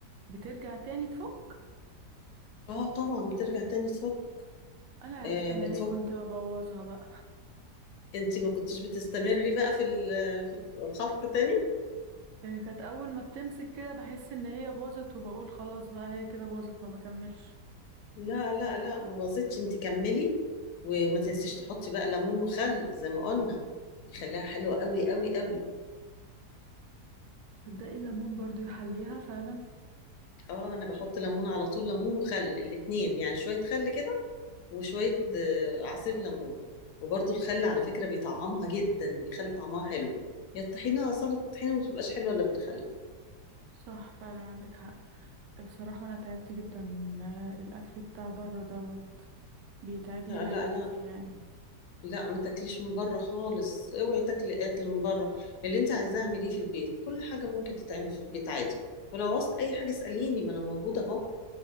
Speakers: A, on the right; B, on the left.
A: بترجع تاني تفك
B: اه طبعا بترجع تاني تفك
A: انا عرفت
B: آه
A: انا
B: بتفك
A: ليه كنت ببوظها بقى
B: انت ما كنتش بتستمري بقى في ال- في الخفق تاني
A: آه، كانت اول ما بتمسك كده بحس ان هي باظت وبقول خلاص بقى هي كده باظت ما بكملش
B: لا لا لا ما باظتش انت كملي وما تنسيش تحطي بقى ليمون وخل زي ما قلنا يخليها حلوة قوي قوي قوي
A: تصدقي الليمون برضو يحليها فعلا
B: اه انا بحط ليمون على طول ليمون وخل الاتنين يعني شوية خل كده وشوية
A: مم.
B: آه، عصير ليمون وبرضو الخل على فكرة بيطعمها جدا بيخلي طعمها حلو يا الطحينة سلطة الطحينة ما بتبقاش حلوة إلا بالخل
A: صح فعلا عندك حق بصراحة أنا تعبت جدا من آه، الأكل بتاع بره دوت بيتعب
B: لا
A: لي معدتي
B: لا لا
A: يعني
B: لا ما تاكليش من بره خالص اوعي تاكلي اكل من بره اللي انت عايزاه اعمليه في البيت كل حاجة ممكن تتعمل في البيت عادي ولو عوزت اي حاجة اسأليني ما انا موجودة اهو